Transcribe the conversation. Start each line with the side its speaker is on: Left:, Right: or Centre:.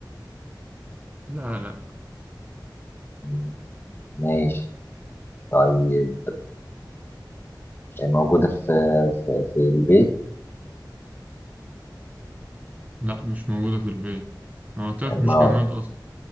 Right: لا لا
Left: مم، ماشي طيب موجودة في في, في البيت
Right: لا مش موجودة في البيت أنا قلت لك مش
Left: ما
Right: جماد أصلا